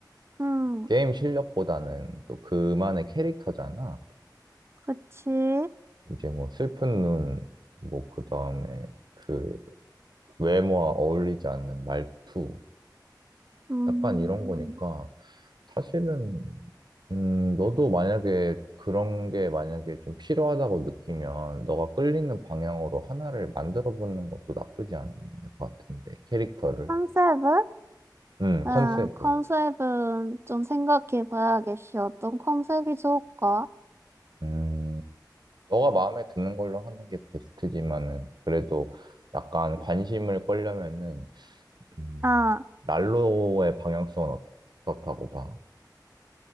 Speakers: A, on the right; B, on the right.
A: 음,
B: 게임 실력보다는 또 그만의 캐릭터잖아.
A: 그치.
B: 이제 뭐 슬픈 눈, 뭐 그다음에 그 외모와 어울리지 않는 말투,
A: 음.
B: 약간 이런 거니까. 사실은, 음, 너도 만약에 그런 게 만약에 좀 필요하다고 느끼면 너가 끌리는 방향으로 하나를 만들어 보는 것도 나쁘지 않은 것 같은데, 캐릭터를.
A: 컨셉을?
B: 음,
A: 응,
B: 컨셉을.
A: 컨셉은 좀 생각해 봐야겠어. 어떤 컨셉이 좋을까?
B: 음, 너가 마음에 드는 걸로 하는 게 베스트지만은, 그래도 약간 관심을 끌려면은, 음,
A: 아,
B: 난로의 방향성은 어, 어떻다고 봐?